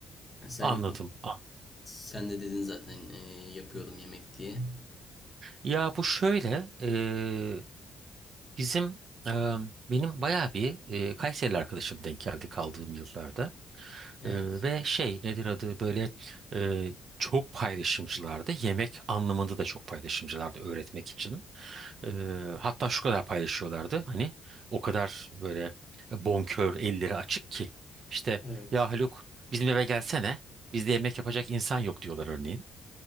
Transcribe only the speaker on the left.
Sen
sen de dedin zaten e, yapıyordum yemek diye.
Evet.
Evet.